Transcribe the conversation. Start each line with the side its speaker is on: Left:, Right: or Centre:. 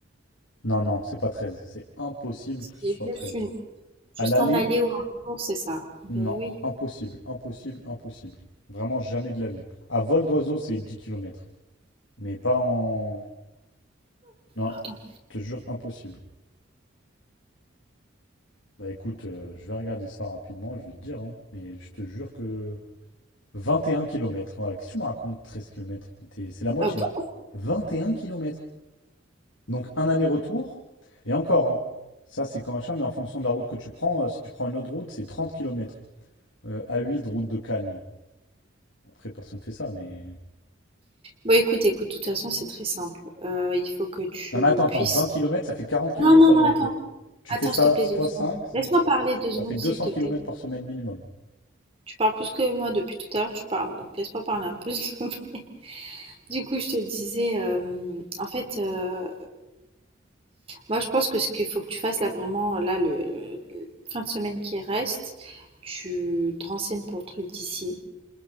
Left: Non, non, c'est pas treize C'est impossible
Right: C'est
Left: que ce soit
Right: juste
Left: treize
Right: une... juste
Left: À l'aller,
Right: un aller ou un retour, c'est ça. Ben
Left: non,
Right: oui.
Left: impossible, impossible, impossible. Vraiment jamais de la vie. À vol d'oiseau, c'est dix kilomètres Mais pas en... Non,
Right: Alors, Attends
Left: je te jure, impossible. Bah écoute, euh, je vais regarder ça rapidement, je vais te dire, hein. Mais je te jure que 21 kilomètres. Voilà, qu'est-ce que tu me racontes, 13 km? C'est la moitié.
Right: Ah bon?
Left: 21 kilomètres. Donc un aller-retour. Et encore, hein, ça c'est quand machin, mais en fonction de la route que tu prends, euh, si tu prends une autre route, c'est 30 km. A8, route de Cagnes. Après, personne fait ça, mais.
Right: Bon, écoute, écoute, de toute façon, c'est très simple. Euh, il faut que tu
Left: Non mais attends, attends,
Right: puisses.
Left: 20 kilomètres, ça fait 40 kilomètres
Right: Non, non,
Left: aller-retour.
Right: non, attends.
Left: Tu
Right: Attends,
Left: fais ça
Right: s'il te plaît,
Left: soit
Right: deux secondes.
Left: 5, ça
Right: Laisse-moi parler deux secondes,
Left: fait 200
Right: s'il te
Left: kilomètres
Right: plaît.
Left: par semaine minimum.
Right: Tu parles plus que moi depuis tout à l'heure, tu parles. Donc, laisse-moi parler un peu, <laughs> s'il te plaît. Du coup, je te disais, euh, en fait, euh, moi, je pense que ce qu'il faut que tu fasses là, vraiment, là, le, le- fin de semaine qui reste, tu te renseignes pour le truc d'ici.